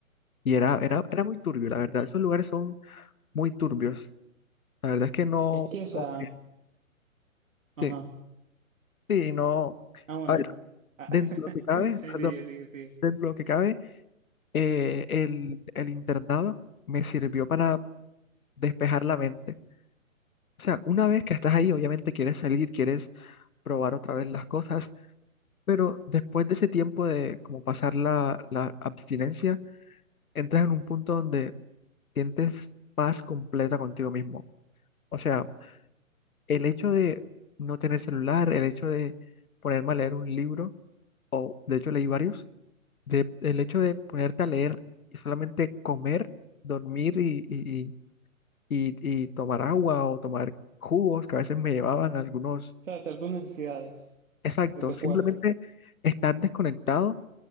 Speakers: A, on the left; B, on the right.
A: Y era, era, era muy turbio, la verdad. Esos lugares son muy turbios. La verdad es que no,
B: Es que, o sea,
A: no
B: ajá.
A: sí, sí, no.
B: Ah, bueno.
A: A ver,
B: Ah,
A: dentro
B: <laughs>
A: de lo que cabe,
B: sí,
A: perdón,
B: sigue, sigue, sigue.
A: dentro de lo que cabe, eh, el, el internado me sirvió para despejar la mente. O sea, una vez que estás ahí, obviamente quieres salir, quieres probar otra vez las cosas Pero después de ese tiempo de como pasar la, la abstinencia, entras en un punto donde sientes paz completa contigo mismo. O sea, el hecho de no tener celular, el hecho de ponerme a leer un libro, de hecho leí varios, de, el hecho de ponerte a leer y solamente comer, dormir y, y, y, y y tomar agua o tomar jugos, que a veces me llevaban algunos.
B: O sea, hacer tus necesidades
A: Exacto,
B: de tu
A: simplemente
B: cuerpo.
A: estar desconectado